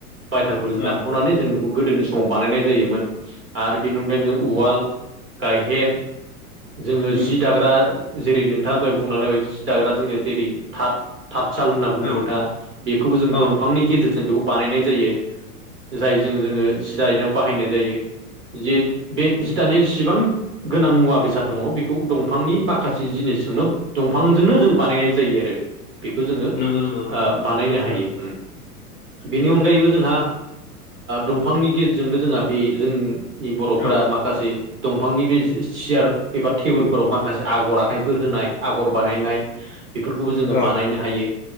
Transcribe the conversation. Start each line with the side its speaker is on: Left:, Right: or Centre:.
Right: बायथालफोरजों
Left: औ
Right: दानख'नानै जों बेखौ गोदोनि समाव बानायनाय जायोमोन आरो बेनि अनगायबो जों उवाल गायहेन जोङो
Left: उम
Right: जि दाग्रा जेरै नों नोंथांनि थाखाय बुंलांनाय बायदि जि दाग्रा जोंङो जेरै थाट तासाल होनना बुंदों
Left: औ
Right: नोंथा बेखौबो जों
Left: औ
Right: दंफांनि गेजेरजों बेखौ बानायनाय जायो। जायजों जोङो जि दायनाव बाहायनाय जायो जे बे जि दानिाव जेसेबां गोनां मुवा बेसाद दंङो बेखौ दंफांनि माखासे जिनिस जोंनो दंफांजोंनो जों बानायनाय जायो आरो बेखौ जोंङो
Left: नंगौ नंगौ नोंथां
Right: बानायनो हायो।
Left: औ
Right: बेनि अनगायैबो जोंहा दंफांनि गेजेरजोंनो जोंहा बे जों बर'फोरा
Left: औ
Right: माखासे दंफांनि बे सियार एबा टेबोल फोराव माखासे आगर आखाइ फोर होनाय आगर बानायनाय बेफोरखौबो जोङो
Left: औ
Right: बानायनो हायो।